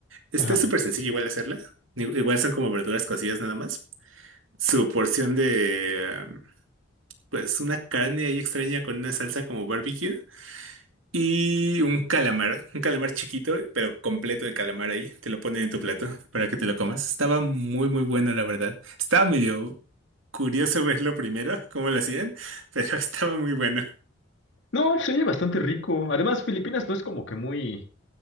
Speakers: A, on the right (about 80°); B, on the left (about 65°).
A: Está
B: Ajá.
A: súper sencillo igual hacerla. I- Igual son como verduras cocidas nada más. Su porción de, um, pues, una carne ahí extraña con una salsa como barbecue. Y un calamar, un calamar chiquito, pero completo de calamar ahí. Te lo ponen en tu plato para que te lo comas. Estaba muy, muy bueno, la verdad. Estaba medio curioso verlo primero, cómo lo hacían, pero <laughs> estaba muy bueno.
B: No, se oye bastante rico. Además, Filipinas no es como que muy